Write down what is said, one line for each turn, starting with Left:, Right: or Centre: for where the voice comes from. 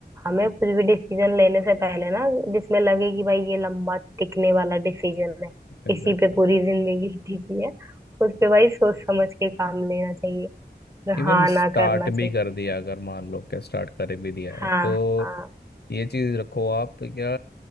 Right: हमें कुछ भी डिसीजन लेने से पहले ना जिसमें लगे कि भाई ये लंबा टिकने वाला डिसीजन है
Left: एग्जैक्टली
Right: इसी पे पूरी जिंदगी <laughs> टिकी है उस पे भाई सोच समझ के काम लेना चाहिए
Left: इवन
Right: हाँ
Left: स्टार्ट
Right: ना करना चाहिए
Left: भी कर दिया अगर मान लो क्या स्टार्ट कर भी दिया है
Right: हाँ
Left: तो
Right: हाँ
Left: ये चीज़ रखो आप क्या